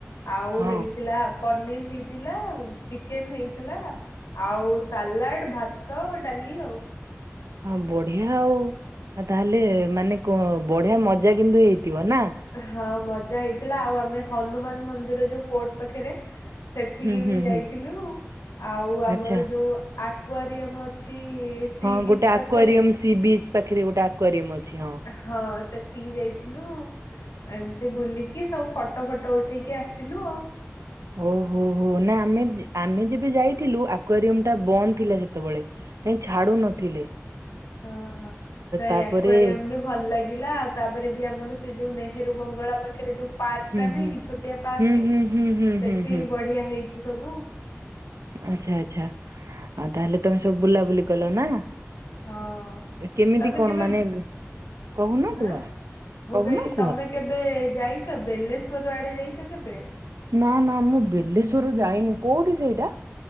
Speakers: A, on the left; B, on the right.
A: ଆଉ
B: ହଁ
A: ହେଇଥିଲା ପନିର ହେଇଥିଲା, ଚିକେନ ହେଇଥିଲା ଆଉ ସାଲାଡ଼, ଭାତ ଡାଲି ଆଉ।
B: ହଁ ବଢିଆ ଆଉ ତାହେଲେ ମାନେ କ ବଢିଆ ମଜା କିନ୍ତୁ ହେଇଥିବ ନା।
A: ହଁ ମଜା ହେଇଥିଲା ଆଉ ଆମେ ହନୁମାନ ମନ୍ଦିର ଯୋଉ କୋର୍ଟ ପାଖରେ ସେଠିକି
B: ହୁଁ
A: ବି
B: ହୁଁ
A: ଯାଇଥିଲୁ
B: ହୁଁ।
A: ଆଉ ଆମର
B: ଆଚ୍ଛା
A: ଯୋଉ ଆକ୍ୱାରୀୟମ ଅ ଛି ସି
B: ହଁ
A: ବିଚ
B: ଗୋଟେ
A: ପାଖେରେ
B: ଆକ୍ୱାରିୟମ ସି ବିଚ୍ ପାଖରେ ଗୋଟେ ଆକ୍ୱାରିୟମ୍ ଅଛି ହଁ।
A: ହଁ ସେଠିକି ଯାଇଥିଲୁ ଏମିତି ବୁଲିକି ସବୁ ଫଟୋ ଫଟୋ ଉଠ ଠେଇକି ଆସିଲୁ ଆଉ।
B: ଓହୋ ହୋ ନା ଆମେ ଆମେ ଯେବେ ଯାଇଥିଲୁ ଆକ୍ଵାରିୟମ ଟା ବନ୍ଦ ଥିଲା ସେ ସେତେବେଳେ କାଇଁ ଛାଡୁ
A: ହଁ
B: ନଥିଲେ
A: ହଁ। ନାଇଁ
B: ତାପରେ
A: ଆକ୍ୱାରିୟମ ବି ଭଲ ଲାଗିଲା ଆଉ ତାପରେ ବି ଆମର ସେ ଯୋଉ ନେହେରୁ ବଙ୍ଗଳା ପାଖରେ ଯୋଉ ପାର୍କ
B: ହୁଁ
A: ଟା ନାଇଁ
B: ହୁଁ
A: କି ଛୋଟିଆ ପାର୍କ
B: ହୁଁ
A: ଟେ
B: ହୁଁ ହୁଁ ହୁଁ
A: ସେଠି
B: ହୁଁ ହୁଁ
A: ବଢିଆ ହେଇଛି ସବୁ।
B: ଆଚ୍ଛା ଆଚ୍ଛା ଆଉ ତାହେଲେ ତମେ ସବୁ ବୁଲାବୁଲି କଲ ନା?
A: ହଁ
B: କେମିତି
A: ତମେ
B: କଣ
A: କେବେ
B: ମାନେ କହୁନ
A: ହଁ
B: କୁହ।
A: ମୁଁ
B: କହୁନ
A: କହିଲି
B: କୁହ।
A: ତମେ କେବେ ଯାଇଛ ବେଲେଶ୍ୱର ଆଡେ ଯାଇଛ କେବେ?
B: ନା ନା ମୁଁ ବଲେଶ୍ୱର ଯାଇନି। କୋଉଠି ସେଇଟା?